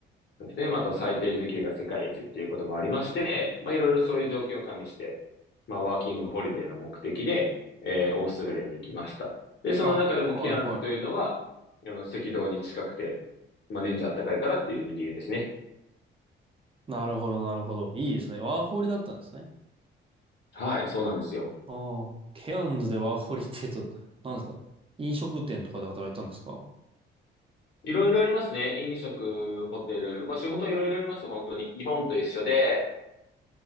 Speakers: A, on the left (about 60°); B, on the right (about 25°).
A: そうですね。まあ、あと最低時給が世界一っていうこともありまして、まあ、いろいろそういう条件を加味して、まあ、ワーキングホリデーの目的で、えーオーストラリアに行きました。で、その中でもケアンズというのは、
B: あ、はい、はい。
A: あの、赤道に近くて、まあ、年中暖かいからっていう理由ですね。
B: なるほど、なるほど。いいですね。ワーホリだったんですね。
A: はい、そうなんですよ。
B: ああ、ケアンズでワーホリって言うと、何ですか飲食店とかで働いたんですか
A: いろいろありますね。飲食、ホテル、まあ、仕事いろいろあります、本当に。日本と一緒で、